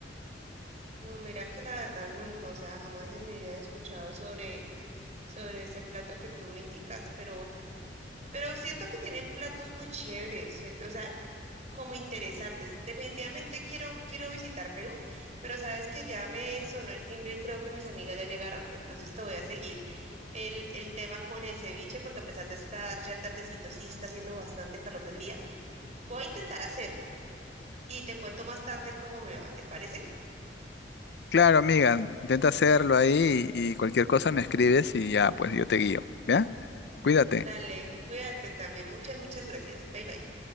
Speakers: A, on the right; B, on the left.
A: No, mira que la verdad nunca, o sea, jamás en mi vida he escuchado sobre, sobre ese plato que tú me indicas, pero Pero siento que tienen platos muy chéveres, o o sea, como interesantes. Definitivamente quiero, quiero visitar Perú, pero sabes que ya me sonó el timbre y creo que mis amigas ya llegaron, entonces te voy a seguir el, el tema con el ceviche, porque a pesar de estar ya tardecito, sí está haciendo bastante calor del día. Voy a intentar hacerlo y te cuento más tarde cómo me va, ¿te parece?
B: Claro, amiga, intenta hacerlo ahí y, y cualquier cosa me escribes y ya, pues yo te guío, ¿ya? Cuídate.
A: Dale, cuídate también. Muchas, muchas gracias. Bye bye.